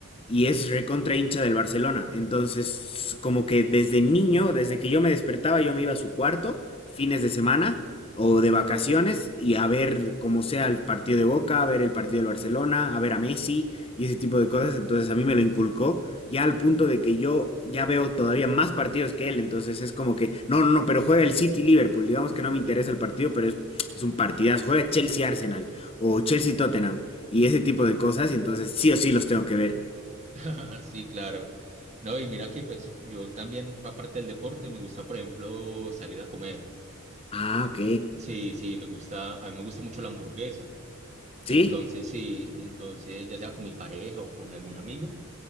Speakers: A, on the left; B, on the right.
A: y es re contra hincha del Barcelona. Entonces, como que desde niño, desde que yo me despertaba, yo me iba a su cuarto, fines de semana o de vacaciones y a ver como sea el partido de Boca, a ver el partido del Barcelona, a ver a Messi y ese tipo de cosas. Entonces a mí me lo inculcó ya al punto de que yo ya veo todavía más partidos que él, entonces es como que, no, no, no, pero juega el City Liverpool, digamos que no me interesa el partido, pero es, es un partidazo, juega Chelsea Arsenal o Chelsea Tottenham y ese tipo de cosas, y entonces sí o sí los tengo que ver.
B: Ah, sí, claro. No, y mira que pues yo también, aparte del deporte, me gusta, por ejemplo, salir a comer.
A: Ah, ok.
B: Sí, sí, me gusta, a mí me gusta mucho la hamburguesa. Entonces,
A: ¿Sí?
B: sí, entonces, ya sea con mi pareja o con algún amigo,